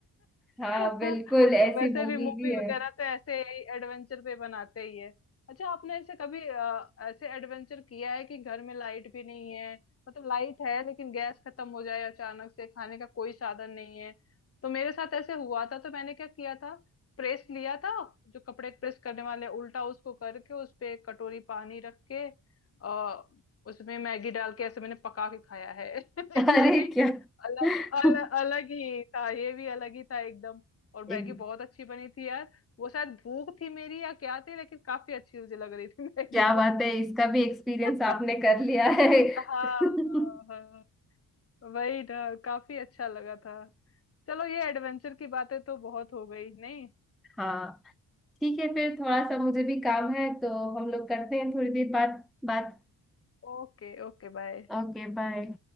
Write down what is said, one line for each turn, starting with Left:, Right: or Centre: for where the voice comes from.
Centre: हाँ
Left: <laughs>
Centre: बिल्कुल ऐसी
Left: वैसे
Centre: मूवी
Left: भी मूवी
Centre: भी है
Left: वगैरह तो ऐसे ही एडवेंचर पे बनाते ही है अच्छा आपने ऐसे कभी अ, ऐसे एडवेंचर किया है कि घर में लाइट भी नहीं है मतलब लाइट है लेकिन गैस खत्म हो जाए अचानक से खाने का कोई साधन नहीं है तो मेरे साथ ऐसे हुआ था तो मैंने क्या किया था प्रेस लिया था जो कपड़े प्रेस करने वाले उल्टा उसको करके उस पे एक कटोरी पानी रख के आ, उसमें मैगी डाल के ऐसे मैंने पका के खाया है <laughs>
Centre: अरे
Left: ये भी
Centre: क्या
Left: अलग
Centre: <laughs>
Left: अलग अलग ही था ये भी अलग ही था एकदम और मैगी
Centre: एक
Left: बहुत अच्छी बनी थी यार वो शायद भूख थी मेरी या क्या थी लेकिन काफी अच्छी मुझे लग रही थी मैगी
Centre: क्या
Left: वो
Centre: बात है इसका भी एक्सपीरियंस
Left: <laughs>
Centre: आपने कर लिया है
Left: हाँ
Centre: <laughs>
Left: हाँ वही ना काफी अच्छा लगा था चलो ये एडवेंचर की बातें तो बहुत हो गई नहीं
Centre: हाँ ठीक है फिर थोड़ा सा मुझे भी काम है तो हम लोग करते हैं थोड़ी देर बाद बात
Left: Okay okay bye
Centre: Okay bye